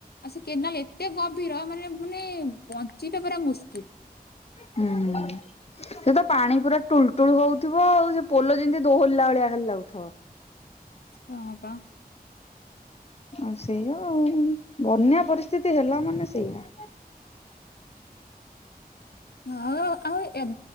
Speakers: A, on the left (about 80°); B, on the left (about 40°).
A: ଆଉ ସେ କେନାଲ ଏତେ ଗଭୀର ମାନେ ମାନେ ବଞ୍ଚିବା ପରା ମୁସ୍କିଲ।
B: ହୁଁ। ସେ ତ ପାଣି ପୁରା ଟୁଲ ଟୁଳ ହଉଥିବ ଆଉ। ସେ ପୋଲ ଯେମିତି ଦୋହରିଲା ଭଳିଆ ଖାଲି ଲାଗୁଥିବ।
A: ହଁ ପା।
B: ଆଉ ସେଇଆ ଆଉ। ବନ୍ୟା ପରିସ୍ଥିତି ହେଲା ମାନେ ସେଇଆ।
A: ହଁ ଆଉ ଏବ୍